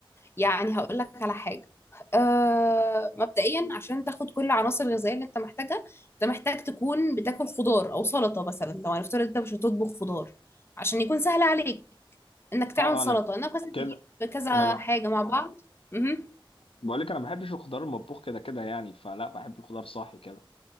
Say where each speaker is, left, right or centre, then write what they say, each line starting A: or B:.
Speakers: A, on the left; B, on the left.
A: يعني هقول لك على حاجة أه مبدئيا عشان تاخد كل العناصر الغذائية اللي انت محتاجها انت محتاج تكون بتاكل خضار او سلطة مثلا لو هنفترض انت مش هتطبخ خضار عشان يكون سهل عليك انك تعمل
B: اه آه،
A: سلطة
B: انا
A: انك بس
B: كده
A: تجيب كذا
B: ما بح
A: حاجة مع بعض مهم.
B: بقول لك انا ما بحبش الخضار المطبوخ كده كده يعني فلا بحب الخضار صاحي كده